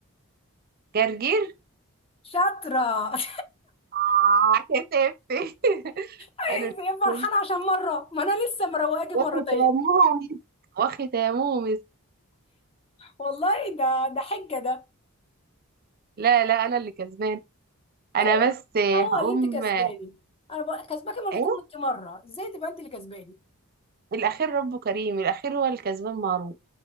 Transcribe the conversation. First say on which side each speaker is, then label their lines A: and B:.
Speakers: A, on the right; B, on the left.
A: جرجير
B: شاطرة <laughs>
A: آه، كسفتي <laughs>
B: ازاي
A: انا اللي
B: فرحانة
A: كسبت.
B: عشان مرة ما انا لسه مروقاكي
A: وختامه
B: مرتين
A: مسك وختامه مسك
B: والله ده ده حجة ده
A: لا لا انا اللي كسبان انا
B: إيه؟
A: بس آه،
B: هو
A: هقوم
B: اللي انت كسباني
A: آه،
B: انا بقى كسباك مرتين
A: ايه
B: وانت مره ازاي تبقى انت اللي كسباني
A: الاخير ربه كريم الاخير هو الكسبان معروف